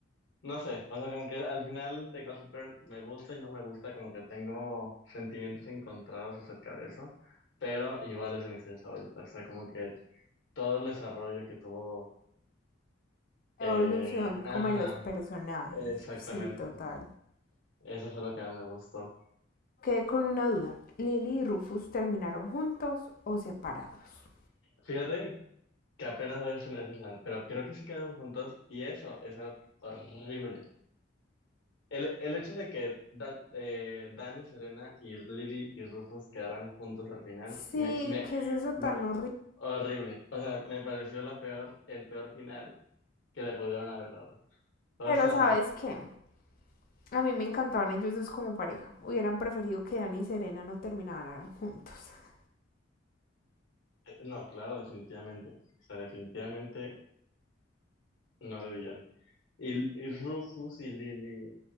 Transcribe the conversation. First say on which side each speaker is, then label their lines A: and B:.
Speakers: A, on the left; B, on the left.
A: No sé, o sea, como que al final de Gossip Girl me gusta y no me gusta, como que tengo sentimientos encontrados acerca de eso, pero igual es de mis series favoritas, o sea, como que todo el desarrollo que tuvo,
B: Evolución
A: eh,
B: como
A: ajá,
B: de los personajes.
A: exactamente,
B: Sí, total.
A: eso fue lo que más me gustó.
B: Quedé con una duda. ¿Lily y Rufus terminaron juntos o separados?
A: Fíjate que apenas voy a hacer ese final, pero creo que sí quedaron juntos y eso es algo horrible. El, el hecho de que Dan, eh, Dani, Serena y Lily y Rufus quedaran juntos al final,
B: Sí,
A: me, me,
B: qué es eso
A: me-
B: tan horrible.
A: Horrible. O sea, me pareció la peor, el peor final que le pudieron haber dado. O
B: Pero
A: sea,
B: sabes qué, a mí me encantaban ellos dos como pareja. Hubieran preferido que Dani y Serena no terminaran juntos. <laughs>
A: eh, no, claro, definitivamente. O sea, definitivamente no debían. Y, y Rufus y Lily.